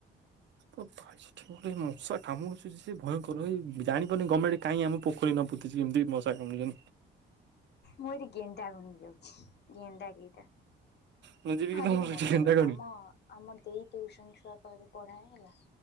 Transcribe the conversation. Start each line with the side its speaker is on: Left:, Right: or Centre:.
Right: ଅ ଭାଇ ସେଠି ମଶା କାମୁଡୁଛି ସେଏ ଭୟଙ୍କର ହଇ ଜାଣିପନି ଗର୍ଣ୍ମେଣ୍ଟ କାହିଁ ଆମ ପୋଖୀ ନ <unintelligible> ମଶା କାମୁଡୁ ଛନ୍ତି।
Left: ମୁଁ ଏଠି ଗେଣ୍ଡା ଗଣି ବିି ଯାଉଛି ଗେଣ୍ଡା କେଇଟା?
Right: ମୁଁ ଯିବି
Left: ହଁ
Right: କି
Left: ଆଜି
Right: ତମ
Left: ଗୋଟେ
Right: ସେଠି
Left: ମଜା
Right: କେନ୍ତା
Left: କଥା
Right: କରିବି
Left: ଆମ ଆମ ଦେଇ ଟୁଇସନ ଛୁଆ ପଢାଏ ହେଲା।